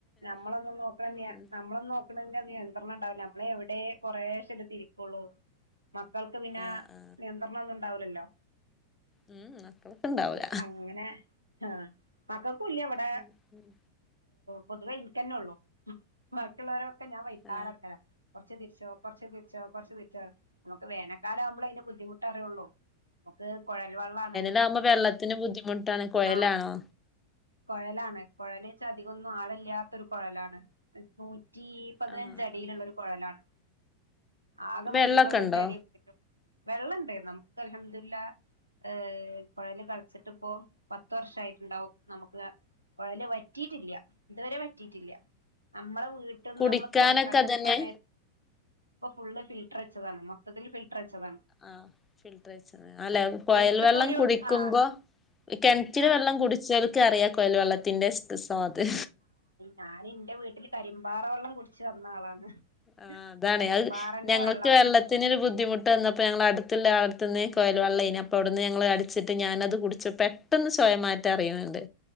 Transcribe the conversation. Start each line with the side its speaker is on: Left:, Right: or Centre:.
Right: നമ്മളൊന്നും നോക്ണെന്നെ
Left: ഉം
Right: നമ്മളൊന്നും നോ ക്ക്ണെന്നെ നിയന്ത്രണം ഉണ്ടാവില്ല നമ്മള് എവിടെ കൊറെശെല്ലെ തിരിക്കോള്ളൂ മക്കൾക്ക് പിന്നെ
Left: ആ ആ
Right: നിയന്ത്രണം ഒന്നും ഇണ്ടാവ്ല്ലല്ലോ
Left: ഉം ഉം മക്കക്ക് ഇണ്ടാവൂല
Right: അങ്ങനെ ആഹ് മക്കക്കുല്ല ഇവടെ
Left: ഉം ഉം
Right: പൊതുവേ ഇൻക്കെന്നെ ഒള്ളു ബാക്കിയുള്ളവരൊക്കെ ഞാൻ വൈതാലെ
Left: ആ
Right: നടക്കലാ കൊർച്ച് തിരിച്ചോ കൊർച്ച് തിരിച്ചോ കൊർച്ച് തിരിച്ചോ നമുക്ക് വേനൽക്കാലം ആവുമ്പോ അയ്ന്റെ ബുദ്ധിമുട്ട് അറിയോള്ളൂ നമുക്ക് കൊഴൽ വെള്ളാണ്
Left: <unintelligible> ത്തിന്റെ ബുദ്ധിമുട്ടാണ് കുഴലാണോ
Right: ആഹ് കൊഴലാണ് കൊഴല് അധികൊന്നും ആഴല്ലാത്തൊരു കൊഴലാണ് നൂറ്റി പതിനഞ്ചടിയിലുള്ള
Left: ആ ആ
Right: കൊഴലാണ് ആകെ
Left: വെള്ളൊക്കെ
Right: നൂറ്റി പതിനഞ്ചടി
Left: ഉണ്ടോ
Right: പറ്റൊ വെള്ളണ്ട് നമുക്ക് അൽഹംദുലില്ലാഹ് ഹേ കോയല് ക ഇപ്പോ പത്ത് വർഷായിട്ടുണ്ടാവും നമുക്ക് കൊഴല് വറ്റിട്ടില്ല ഇതുവരെ വറ്റിട്ടില്ല നമ്മള് വീട്ടിന്ന്
Left: കുടിക്കാനൊക്കെ
Right: നമ്മള് കൊ കെളച്ച
Left: അതന്നെ
Right: സമയ ഇപ്പൊ ഫുള്ള് ഫിൽട്ട്ർ വെച്ചതാണ് മൊത്തത്തില് ഫിൽട്ട്ർ വെച്ചതാണ്
Left: ആഹ് ഫിൽട്ട്ർ വെച്ച്ണ് അല്ലെ കൊയൽ
Right: ഫിൽട്ടർ
Left: വെള്ളം
Right: ഇപ്പൊ ഒരു
Left: കുടിക്കുമ്പോ
Right: ആഹ്
Left: കെൻറ്റിലെ
Right: ആഹ്
Left: വെള്ളം കുടിച്ചോൽക്കറിയ കൊയൽ വെള്ളത്തിന്റെ സ് സ്വാദ്
Right: ഞാന് ഇന്റെ വീട്ടില് കരിമ്പാറ വെള്ളം കുടിച്ച് വന്ന ആളാണ്
Left: ആഹ് അതാണ്
Right: കരിമ്പാറന്റെ
Left: അഹ് ഞങ്ങൾക്ക്
Right: വെള്ളം
Left: വെള്ളത്തിനൊരു
Right: ആഹ്
Left: ബുദ്ധിമു ട്ടെ നിന്നപ്പോ ഞങ്ങള് അട്ത്ള്ളെ ആളെട്ത്ത്ന്ന് കൊഴൽ വെള്ളെനി അപ്പൊ അവിട്ന്ന് ഞങ്ങള് അടിച്ചിട്ട് ഞാനത് കുടിച്ച് പെ ട്ടെന്ന് ചോയ മാറ്റം അറിണ് ണ്ട്